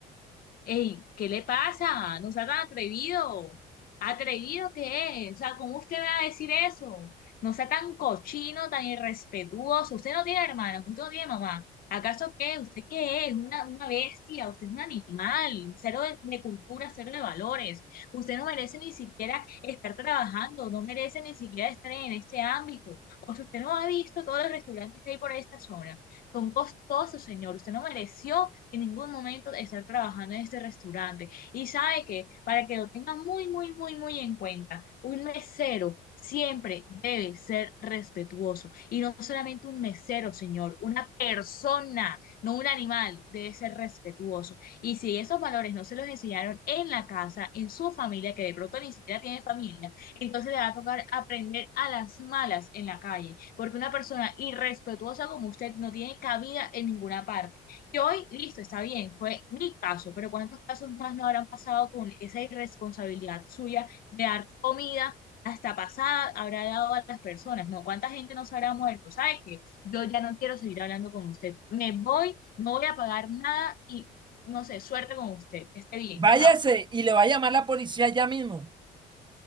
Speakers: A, on the left; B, on the right.
A: Ey, ¿qué le pasa? No sea tan atrevido. ¿Atrevido qué es? O sea, ¿cómo usted va a decir eso? No sea tan cochino, tan irrespetuoso. Usted no tiene hermana, usted no tiene mamá. ¿Acaso qué? ¿Usted qué es? Una, una bestia, usted es un animal, cero de, de cultura, cero de valores. Usted no merece ni siquiera estar trabajando, no merece ni siquiera estar en este ámbito. O sea, usted no ha visto todos los restaurantes que hay por esta zona. Son costosos, señor. Usted no mereció en ningún momento estar trabajando en este restaurante. Y sabe que, para que lo tengan muy, muy, muy, muy en cuenta, un mesero siempre debe ser respetuoso. Y no solamente un mesero, señor, una persona, no un animal, debe ser respetuoso. Y si esos valores no se los enseñaron en la casa, en su familia, que de pronto ni siquiera tiene familia, entonces le va a tocar aprender a las malas en la calle, porque una persona irrespetuosa como usted no tiene cabida en ninguna parte. Y hoy, listo, está bien, fue mi caso, pero ¿cuántos casos más no habrán pasado con esa irresponsabilidad suya de dar comida hasta pasada habrá dado a las personas? No, ¿cuánta gente no se habrá muerto? ¿Sabes qué? Yo ya no quiero seguir hablando con usted. Me voy, no voy a pagar nada y no sé, suerte con usted. Que esté bien.
B: Váyase
A: Chao,
B: y le va a llamar la policía ya mismo.